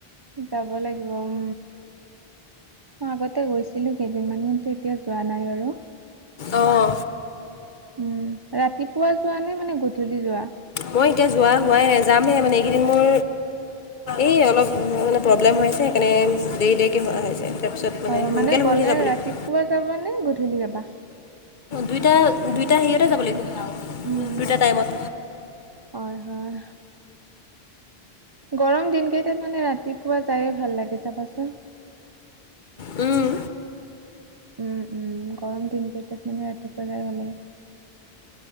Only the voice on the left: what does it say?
আহ।
মই এতিয়া যোৱা হোৱাই নাই যামহে মানে এইকেইদিন মোৰ এই অলপ মানে প্ৰব্লেম হৈ আছে সেইকাৰণে দেৰি দেৰিকে হ হৈছে। তাৰপিছত
সোনকালে
শুই
উঠি যাব লাগিব
দুইটা দুইটা হেৰিতে যাব লাগিব।
দুইটা টাইমত
উম।